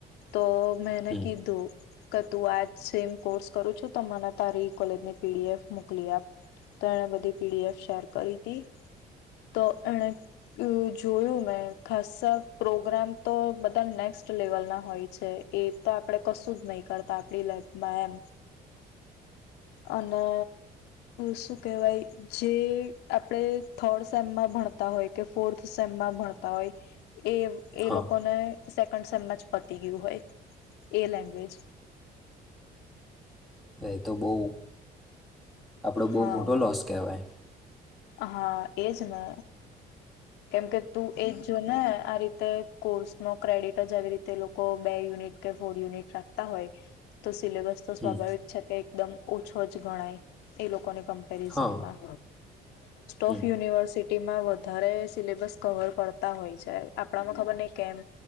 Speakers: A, on the left; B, in the centre.
A: તો મેને
B: હમ
A: કીધો કે તું આ સેમ કોર્સ કરું છું તો મને તારી કોલેજની પીડીએફ મોકલી આપ તો એણે બધી પીડીએફ શેર કરી હતી તો એણે જોયું મતો એને બધી પીડી એફ સેર કરીતી તો એને જોયુ મે ખાસા પ્રોગ્રામ તો બધા નેક્સ્ટ લેવલ ના હોય છે એ તો આપણે કશું જ નહી કરતા આપડી લેબમાં એમ અને શું કહેવાય જે આપડ થર્ડ સેમમાં ભણતા હોય કે ફોર્થ સેમમાં ભણતા હોય એ એ
B: હા
A: લોકોને સેકન્ડ સેમ જ પતી ગયું હોય એ લેંગ્વેજ
B: એ તો બહુ આપડો
A: હા
B: બહુ મોટો લોસ કહેવાય
A: હા એજ ને કેમકે તું એજ જો ને આ રીતે કોર્સ ન ક્રેડિટ જ આવી રીતે એ લોકો બે યુનિટ કે ફોર યુનિટ રાખતા હોય તો સિલેબસ તો
B: હમ
A: સ્વાભાવિક છે કે એકદમ ઓછો જ ગણાય એ લોકો એ લોકો ની કમપેરિઝન
B: હા
A: મા
B: હમ
A: ઓફ યુનિવર્સિટી ઇ માં વધારે સિલેબસ કવર કરતા હોય છે આપડામાં ખબર નહ કેમ